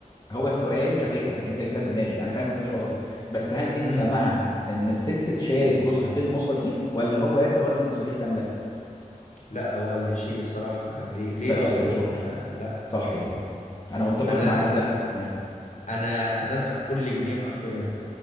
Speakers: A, on the left; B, on the left.
A: هو السؤال كفكرة انت جبتها في دماغي انا فاهم ده مش قصدك بس هل انت
B: امم
A: مع ان الست تشارك جوزها في المصاريف ولا هو يتولى المصاريف كاملة
B: لا هو اللي يشيل الصراحة يعني ليه, ليه
A: بس
B: اصلا
A: كده شكرا
B: ده لا
A: صح كده انا متفق
B: انا
A: معاك
B: لا
A: في ده 100%
B: انا انا ادفع كل جنيه حرفيا